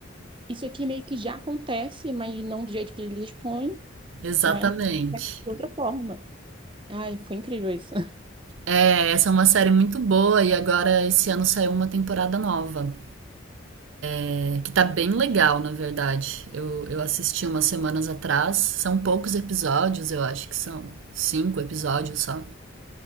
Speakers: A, on the right; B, on the right.
A: Isso aqui meio que já acontece, mas não do jeito que eles expõem,
B: Exatamente.
A: mas é de outra forma. Ai, foi incrível isso. <laughs>
B: É, essa é uma série muito boa e agora esse ano saiu uma temporada nova, é, que tá bem legal, na verdade. Eu, eu assisti umas semanas atrás, são poucos episódios, eu acho que são cinco episódios só.